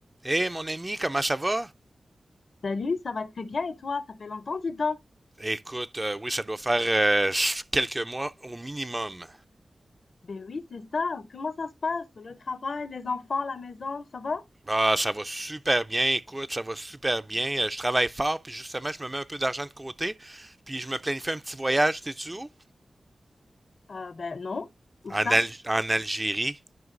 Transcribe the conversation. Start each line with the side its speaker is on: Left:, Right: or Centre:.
Right: Hé, mon ami, comment ça va?
Left: Salut, ça va très bien et toi? Ça fait longtemps, dis donc.
Right: Écoute, euh, oui, ça doit faire euh, quelques mois au minimum.
Left: Ben oui, c'est ça. Comment ça se passe? Le travail, les enfants, la maison, ça va?
Right: Ah, ça va super bien, écoute, ça va super bien. Euh, je travaille fort, puis justement, je me mets un peu d'argent de côté, puis je me planifie un petit voyage, sais-tu où?
Left: Euh, ben non. Où ça?
Right: En, Al- en Algérie.